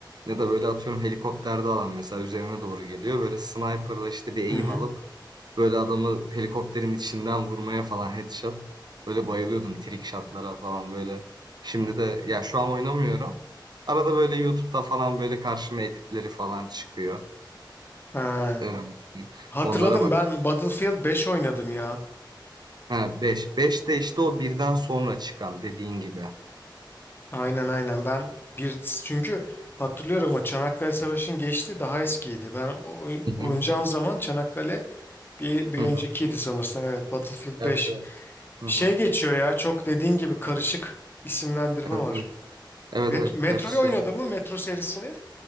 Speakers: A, on the right (about 60°); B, on the left (about 25°).
A: Ya da böyle atıyorum helikopterde alan mesela üzerine doğru geliyor. Böyle sniper'la işte bir aim
B: Hı hı.
A: alıp Böyle adamı helikopterin içinden vurmaya falan headshot. Böyle bayılıyordum trick shot'lara falan böyle. Şimdi de ya şu an oynamıyorum. Arada böyle YouTube'da falan böyle karşıma editleri falan çıkıyor.
B: Ha.
A: Ee,
B: Hatırladım
A: onlara bak.
B: ben Battlefield 5 oynadım ya.
A: Ha beş 5 de işte o birden sonra çıkan dediğin gibi.
B: Aynen aynen ben bir çünkü hatırlıyorum o Çanakkale Savaşı'nın geçti daha eskiydi. Ben o, oy-
A: Hı hı.
B: oynayacağım zaman Çanakkale bir, bir
A: Hı
B: öncekiydi
A: hı.
B: sanırsam evet Battlefield
A: Evet
B: 5.
A: evet. Hı
B: Şey
A: hı.
B: geçiyor ya çok dediğin gibi karışık isimlendirme
A: Evet
B: var.
A: evet. Evet
B: Met,
A: evet
B: Evet. Metro'yu
A: karışık.
B: oynadı mı Metro serisini?